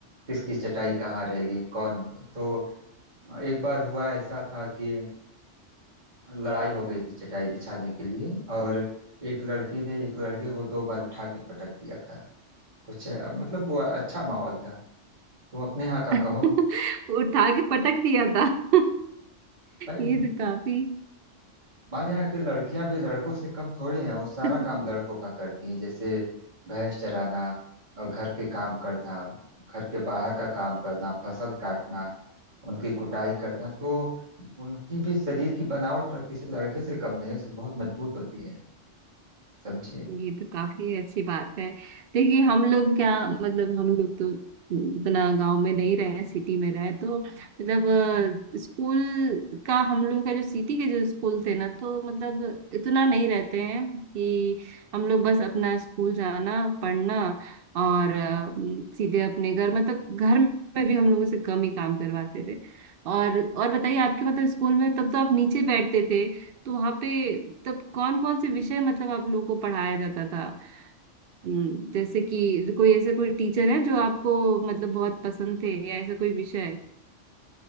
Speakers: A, on the right; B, on the right.
A: किसकी चटाई कहाँ रहेगी कौन तो अ, एक बार हुआ ऐसा था कि लड़ाई हो गई थी चटाई बिछाने के लिए और एक लड़की ने एक लड़के को दो बार उठा के पटक दिया था कुछ अ, मतलब वो अच्छा माहौल था तुम अपने यहाँ का
B: <laughs>
A: कहो
B: उठा के पटक दिया था <laughs>
A: भाई
B: ये तो काफी
A: हमारे यहाँ की लड़कियां भी लड़कों से कम थोड़ी हैं वो सारा
B: <laughs>
A: काम लड़कों का करती हैं जैसे भैंस चराना और घर के काम करना घर के बाहर का काम करना फसल काटना उनकी कुटाई करना तो उनकी भी शरीर की बनावट किसी लड़के से कम नहीं है सब बहुत मजबूत होती है समझे
B: ये तो काफी अच्छी बात है देखिए हम लोग क्या मतलब हम लोग तो इतना गांव में नहीं रहे सिटी में रहे तो मतलब अ, स्कूल का हम लोग का जो सिटी के जो स्कूल थे ना तो मतलब इतना नहीं रहते हैं कि हम लोग बस अपना स्कूल जाना पढ़ना और अ, सीधे अपने घर मतलब घर में भी हम लोगों से कम ही काम करवाते थे और और बताइए आपके मतलब स्कूल में तब तो आप नीचे बैठते थे तो वहाँ पे तब कौन कौन से विषय मतलब आप लोगों को पढ़ाया जाता था हम्म, जैसे कि कोई ऐसे कोई टीचर है जो आपको मतलब बहुत पसंद थे या ऐसा कोई विषय